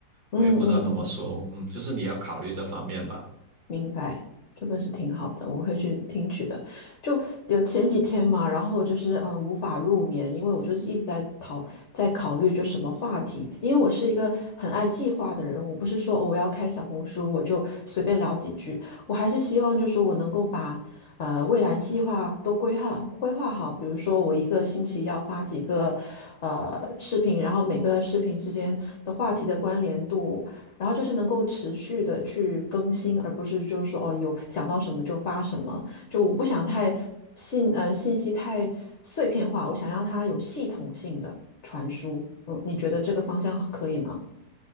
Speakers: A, on the left; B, on the right.
A: 嗯嗯。
B: 我也不知道怎么说，嗯，就是你要考虑这方面吧。
A: 明白，这个是挺好的，我会去听取的。就有前几天嘛，然后就是嗯，无法入眠，因为我就是一直在讨在考虑就什么话题，因为我是一个很爱计划的人，我不是说哦我要开小红书我就随便聊几句，我还是希望就是说我能够把呃未来计划都规划规划好，比如说我一个星期要发几个呃视频，然后每个视频之间的话题的关联度。然后就是能够持续的去更新，而不是就是说哦，有想到什么就发什么。就我不想太信呃信息太碎片化，我想要它有系统性的传输。嗯，你觉得这个方向可以吗？